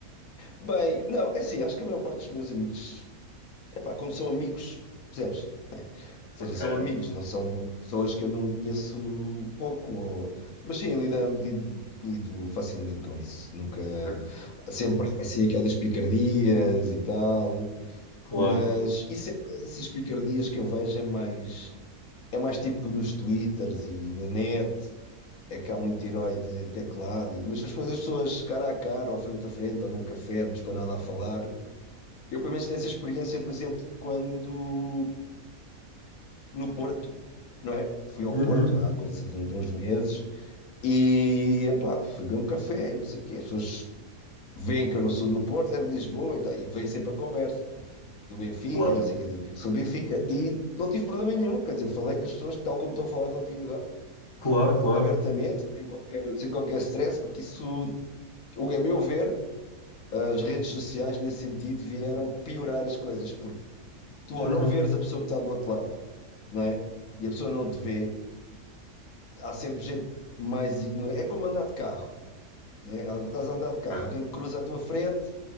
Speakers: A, on the left (about 70°); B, on the left (about 35°).
A: Bem, não, é assim, acho que a maior parte dos meus amigos. Epá, como são amigos, percebes? Ou
B: Ok.
A: seja, são amigos, não são pessoas que eu não conheço pouco. ou- Mas sim, lido, lido, lido facilmente com isso. Nunca.
B: Ok.
A: Sempre assim aquelas picardias e tal.
B: Claro.
A: Mas isso é mais essas picardias que eu vejo é mais. É mais tipo nos Twitters e na net. é que há muito herói de teclado, e- mas depois as pessoas cara a cara, ou frente a frente, ou num café, numa esplanada a falar. Eu, pelo menos, tive essa experiência, por exemplo, quando no Porto, não é? Fui ao
B: Uhum.
A: Porto há coisa de, um- de uns meses e, epá, fui beber um café, não sei o quê. As pessoas veem que eu não sou do Porto, é de Lisboa e tal, e vem sempre a conversa do Benfica,
B: Claro.
A: não sei o quê. Eu digo, sou do Benfica e não tive problema nenhum, quer dizer, falei com as pessoas, tal como estou a falar contigo agora,
B: Claro, claro.
A: abertamente, sem qualquer, sem qualquer stress, porque isso o que é meu ver, as redes sociais, nesse sentido, vieram piorar as coisas, porque tu, ao
B: Uhum.
A: não veres a pessoa que está do outro lado, não é? E a pessoa não te vê, há sempre gente mais ignorante. É como andar de carro, né? Algu- Estás a andar
B: Ok.
A: de carro, alguém cruza a tua frente